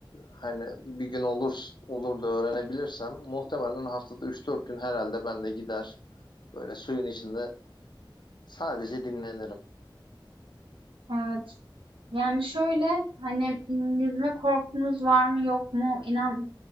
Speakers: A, on the left; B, on the right.
A: Hani bir gün olur olur da öğrenebilirsem muhtemelen haftada üç dört gün herhalde ben de gider. Böyle suyun içinde sadece dinlenirim.
B: Evet. Yani şöyle hani m, yüzme korkunuz var mı yok mu inan